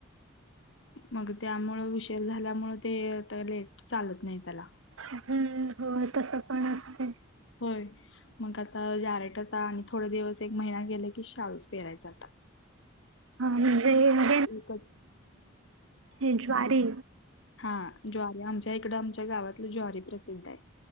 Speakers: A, on the left; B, on the right.
A: मग त्यामुळ उशीर झाल्यामुळ ते लेट चालत नाही त्याला.
B: हम्म होय तस पण असते.
A: होय मग आता डायरेक्ट आता आणि थोड दिवस एक महिना गेला की शाळुच पेरायचा आता.
B: हा म्हणजे हे
A: एकच
B: ती ज्वारी
A: हा ज्वारी आमच्या इकडं आमच्या गावातलं ज्वारी प्रसिद्ध आहे.